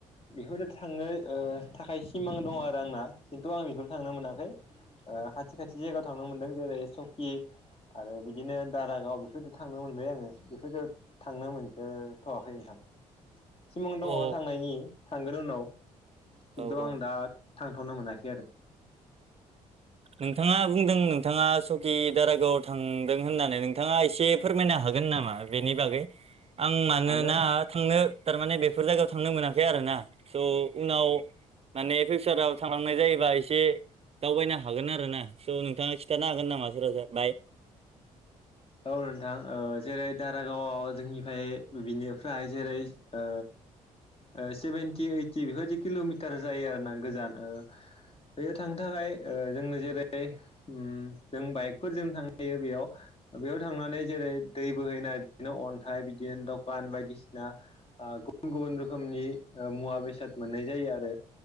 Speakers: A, on the left (about 35°); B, on the right (about 35°).
A: बेफोर बायदियाव थांनो ओ थाखाय सिमां दं आरो आं ना खिन्थु आं बेफोराव थांनो मोनाखै ओ खाथि खाथि जायगायाव थांनो मोनदों जेरै- सौकि आरो बिदिनो दारागाव बेफोर बायदियाव थांनो मोनबाय आङो बेफोर बायदियाव थांनो मोनथ'वाखै नोंथां। सिमां दङ
B: औ
A: थांनायनि थांगोन उनाव
B: औ
A: खिन्थु आं
B: औ
A: दा थांथ'नो मोनाखै आरो।
B: नोंथाङा बुंदों नोंथाङा सकि दारागाव थांदों होननानै नोंथाङा एसे फोरमायनो हा गोन नामा बेनि बागै आं मानोना
A: हागोन
B: थांनो थारमाने बेफोर जायगायाव थांनो मोनाखै आरोना स' उनाव माने फिउचाराव थांनाय जायोबा एसे दावबायनो हागोन आरोना स' नोंथाङा खिन्थानो हागोन नामा <unintelligible>
A: औ नोंथां ओ जेरै दारागावआव जोंनिफ्राय बिनिफ्राय जेरै ओ ओ सेभेेनटि ओइटि बेफोर बायदि किल'मिटार जायो आरोना गोजान ओ बेयाव थांनो थाखाय ओ जोङो जेरै उम जों बाइकफोरजों थांनो हायो बेयाव। बेयाव थांनानै जेरै दै बोहैनाय बिनो अन्थाइ बि बिदि दखान बायदिसिना ओ गुबुन गुबुन रोखोमनि ओ मुवा बेसाद मोननाय जायो आरो।